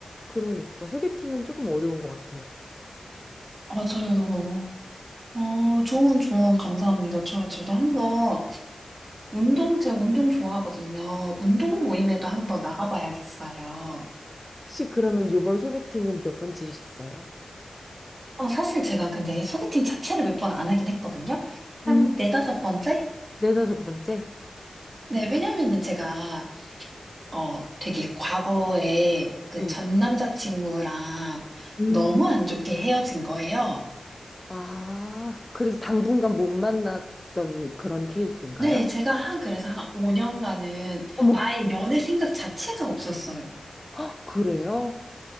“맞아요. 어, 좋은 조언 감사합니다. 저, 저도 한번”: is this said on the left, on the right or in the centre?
Right